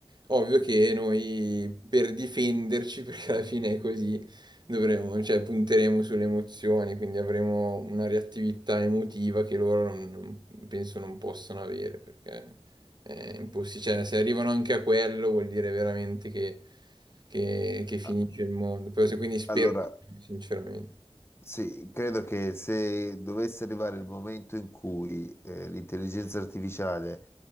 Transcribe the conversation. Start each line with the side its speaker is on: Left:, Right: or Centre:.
Right: Ovvio che noi per difenderci, <laughs> perché alla fine è così, dovremo, cioè, punteremo sulle emozioni, quindi avremo una reattività emotiva che loro non, non- penso non possono avere, perché è impossibile. Cioè, se arrivano anche a quello vuol dire veramente che, che- che finisce
Left: Ah,
Right: il mondo. Però se- quindi spero,
Left: Allora.
Right: sinceramente.
Left: Sì, credo che se dovesse arrivare il momento in cui eh, l'intelligenza artificiale